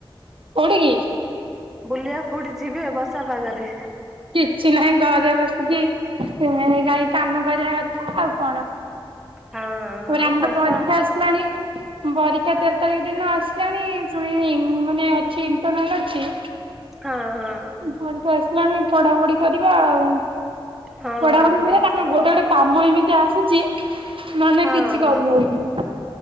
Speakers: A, on the right; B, in the centre.
A: କୋଉଠିକି।
B: ବୁଲିବା କୋଉଠି ଯିବେ ବର୍ଷା ପାଗରେ।
A: କିଛି ନାହିଁ ଘରେ ବସିକି <unintelligible> କାମ କରିବା କଥା ଆଉ କଣ।
B: ହଁ।
A: ଫୁଣି
B: ହଁ
A: ଆମର
B: ବର୍ଷା
A: ପରୀକ୍ଷା ଆସିଲାଣି। ପରୀକ୍ଷା ଚାରି ତାରିଖ ଦିନ ଆସିଲାଣି ସୁଣି ମାନେ ଅଛି ଇଣ୍ଟରନାଲ ଅଛି।
B: ହଁ ହଁ।
A: ପରୀକ୍ଷା ଆସିଲାଣି ପଢାପଢି କରିବା ଆଉ
B: ହଁ
A: ପଢାପଢି
B: ହଁ।
A: ହୁଏ ତାପରେ ଗୋଟେ ଗୋଟେ କାମ ଏମିତି ଆସୁଚି ମାନେ
B: ହଁ
A: କିଛି
B: ହଁ
A: କରିହୋଉନି।